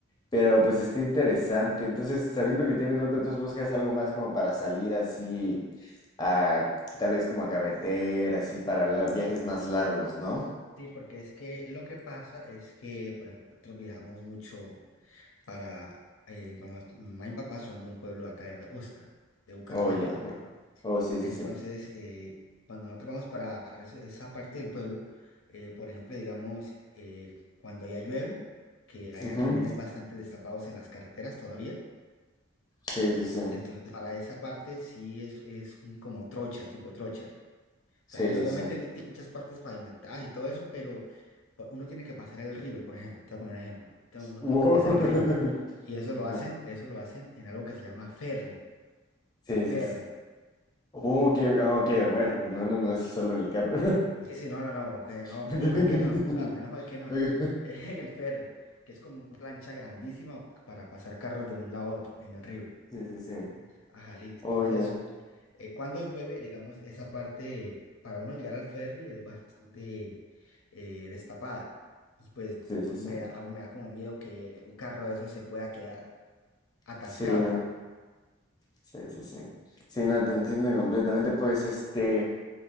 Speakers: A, on the left; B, on the left.
A: Pero pues está interesante. Entonces, sabiendo que tienes otro, entonces buscas algo más como para salir así a tal vez como a carretera, así para la- viajes más largos, ¿no?
B: Sí, porque es que lo que pasa es que, por ejemplo, nosotros viajamos mucho para, eh, mamá, mamá y papá son de un pueblo acá de la costa, de Bucaramanga.
A: Oh, ya. ajá. Oh, sí,
B: Entonces,
A: sí, sí.
B: eh, cuando nosotros vamos para eso- esa parte del pueblo, eh, por ejemplo, digamos, eh, cuando allá llueve, que allá
A: Ujú.
B: también hay bastantes destapados en las carreteras todavía,
A: Sí, sí, sí.
B: entonces para esa parte sí es, es un como trocha, tipo trocha. O
A: Sí,
B: sea, él
A: sí,
B: obviamente
A: sí.
B: él tiene muchas partes pavimentadas y todo eso, pero pa- uno tiene que pasar el río, por ejemplo. Te voy a poner un ejemplo. Tengo- uno
A: Wow.
B: tengo que pasar
A: <laughs>
B: el río. Y eso lo
A: Ajá.
B: hacen, eso lo hacen en algo que se llama ferry,
A: Sí,
B: el ferry.
A: sí, sí. Oh, ok, ah, ok, bueno, no, menos no es solo en el carro.
B: Y sí, no, no, no, que no, menos
A: <laughs>
B: mal que no, <laughs> ah, menos mal que no.
A: Ok.
B: <laughs> En el ferry, que es como una plancha grandísima para pasar carros de un lado a otro en el río.
A: Sí, sí, sí.
B: Ajá, listo.
A: Oh,
B: Entonces,
A: ya.
B: eh, cuando llueve, digamos, esa parte para uno llegar al ferry es bastante eh, destapada. Y pues
A: Sí, sí,
B: me,
A: sí.
B: da- aún me da como miedo que un carro de esos se pueda quedar atascado.
A: Sí, no. Sí, sí, sí. Sí, no, te entiendo completamente. Pues, este,